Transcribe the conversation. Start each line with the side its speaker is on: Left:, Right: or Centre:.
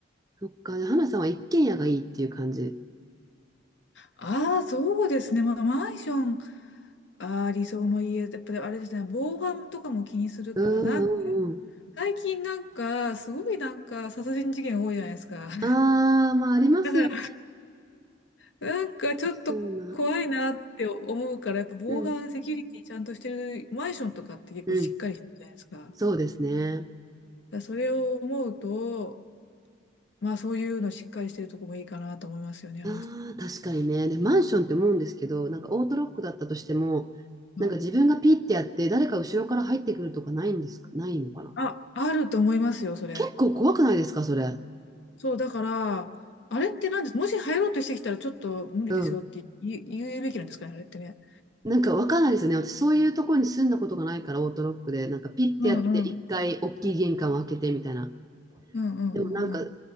Right: そっか。花さんは一軒家がいいっていう感じ。
Left: ああー、そうですね。まあ、マンション、ああ、理想の家、やっぱりあれですね、防犯とかも気にするから、
Right: うんうんうん。
Left: なんか、最近なんか、すごいなんか、殺人事件多いじゃないですか。<laughs>
Right: ああ、まあありますよね。
Left: だから、なんかちょっと怖いなって思うから、
Right: そうな。
Left: やっぱ防犯セキュリティちゃんとしてるマンションとかって結構しっかりしてるじゃないですか。
Right: うん。うん。
Left: だか
Right: そうですね。
Left: らそれを思うと、まあそういうのしっかりしてるとこもいいかなと思いますよね、あの人。
Right: ああ、確かにね。で、マンションって思うんですけど、なんかオートロックだったとしても、
Left: はい。
Right: なんか自分がピッてやって、誰か後ろから入ってくるとかないんですかないのかな
Left: あ、あると思いますよ、それ。
Right: 結構怖くないですかそれ。
Left: そう、だから、あれってなんです、もし入ろうとしてきたらちょっと無理ですよって言う、
Right: うん。
Left: 言うべきなんですかね、あれってね。
Right: なんかわかんないですよね。私、そういうところに住んだことがないから、オートロックで、なんかピッてやって、
Left: うんうん。
Right: 一回大きい玄関を開けてみたいな。
Left: うんうんうんうん。
Right: でもなんか、